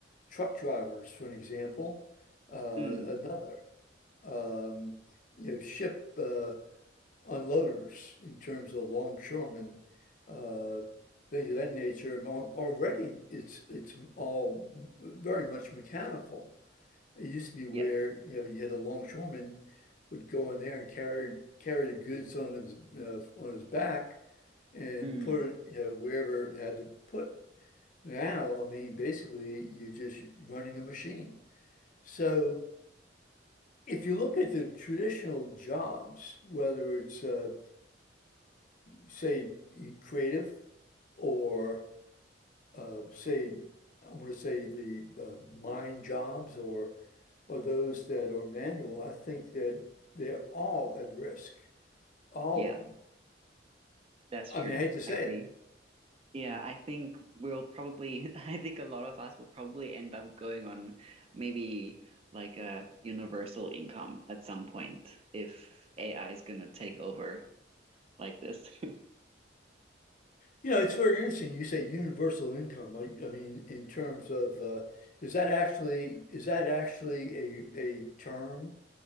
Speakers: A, on the left; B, on the right.
A: Truck drivers, for an example, uh,
B: Mm,
A: another. Um, you know, ship. Uh, unloaders in terms of longshoremen, uh, things of that nature. And al- already it's it's all very much mechanical. It used to be where
B: yeah.
A: you know you had a longshoreman would go in there and carry carry the goods on his uh, on his back and
B: Mm,
A: put it you know wherever it had to put. Now, I mean, basically you're just running a machine. So if you look at the traditional jobs, whether it's uh, say creative or uh, say, I want to say the uh, mine jobs or or those that are manual, I think that they're all at risk, all
B: yeah,
A: of them.
B: that's
A: I
B: true,
A: mean, I hate to say
B: actually.
A: it.
B: Yeah, I think we'll probably, <laughs> I think a lot of us will probably end up going on maybe like a universal income at some point if AI is gonna take over like this. <laughs>
A: You know, it's very interesting. You say universal income. I, I mean, in terms of uh, is that actually is that actually a a term